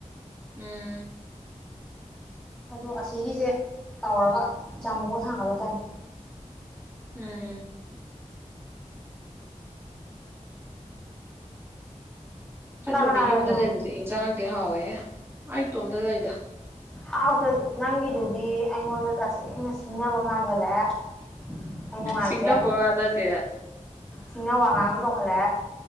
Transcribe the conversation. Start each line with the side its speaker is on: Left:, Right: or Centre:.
Right: ꯎꯝ
Centre: ꯑ ꯑꯁꯤꯒꯤꯁꯦ ꯇꯧꯔꯒ ꯝꯕꯨ ꯀꯣ ꯊꯥꯡꯪꯒꯂꯦ ꯇꯥꯏ
Right: ꯎꯝ ꯆꯠꯇꯣꯕꯤ
Centre: ꯀꯅꯥ ꯀꯅꯥ
Right: ꯌꯨꯝꯗ
Centre: ꯂꯩꯅꯣ
Right: ꯂꯩꯕꯁꯦ ꯏꯟꯁꯥꯡꯗꯤ ꯍꯥꯎꯋꯦꯍꯦ ꯑꯩꯇꯣꯝꯗ ꯂꯩꯗ
Centre: ꯍꯥꯎꯗ ꯑꯗꯨ ꯅꯪ ꯑꯗꯨꯗꯤ ꯍꯣꯟ ꯇꯁꯦꯡꯅ ꯁꯤꯡꯅꯕ ꯃꯥꯟꯖꯜꯂꯛꯑꯦ ꯑꯩ ꯅꯨꯡꯉꯥꯏꯇꯦ
Right: ꯁꯤꯡꯅꯕ ꯋꯥ ꯅꯠꯇꯦꯗ
Centre: ꯁꯤꯡꯅꯕ ꯑꯉꯥꯡ ꯇꯣꯈꯂꯦ